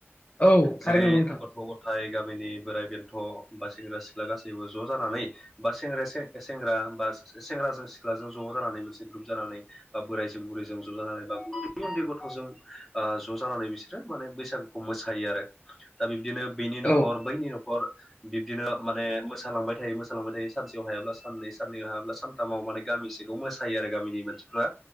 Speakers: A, on the left; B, in the centre.
A: औ
B: जेरै
A: थारैनो नंगौ नोंथां
B: गथ' ग'थाय गामिनि बोराय बेनथ' बा सेंग्रा सिख्ला गासैबो ज' जानानै बा सेंग्रा बा सेंग्राजों सिख्लाजों ज' जानानै मोनसे ग्रुप जानानै बा बोराइजों बुरैजों ज' जानानै बा उनदै उनदै गथ'जों ज' जाना नानै बिसोरो माने बैसागुखौ मोसायो आरो दा बिबदिनो बेनि
A: औ
B: न'खर बैनि न'खर बिब्दिनो माने मोसालांबाय थायो मोसालांबाय थायो सानसेयाव हायाब्ला साननै साननैयाव हायाब्ला सानथामाव माने गामिसिम खौ मोसायो आरो गामिनि मानसिफ्रा